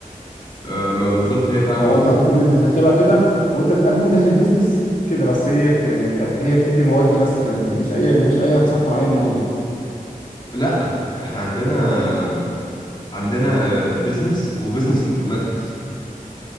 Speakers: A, on the left; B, on the left.
A: أه ما بالظبط هي فعلا
B: فهو انت
A: ك...
B: عندكم بيزنس داخلها كده وانت بتقدم داخل بيزنس كده بس هي بت... بت- هي بتدي المواد دي بس كده ما بتديش اي ما فيهاش اي اقسام فرعيه من جوه
A: لا احنا عندنا عندنا بزنس وبزنس انفورماتكس